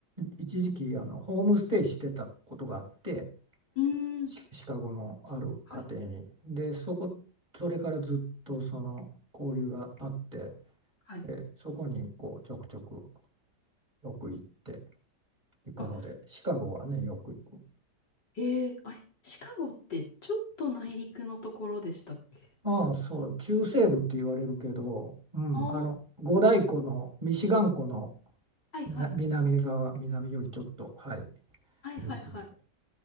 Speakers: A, on the right; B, on the left.
A: い一時期あのホームステイしてたことがあって
B: ーん。
A: シシカゴのある家庭にでそこそれからずっとその交流があって、
B: はい。はい。
A: えーそこにこうちょくちょくよく行って行くのでシカゴはねよく行く。
B: あ、えー、あれ、シカゴってちょっと内陸のところでしたっけ
A: ああそう中西部って言われるけど、うん、
B: ああー、
A: あの五大湖のミシガン湖の
B: はいはい。
A: 南南側南よりちょっとはい
B: はいはいはい。
A: 西に。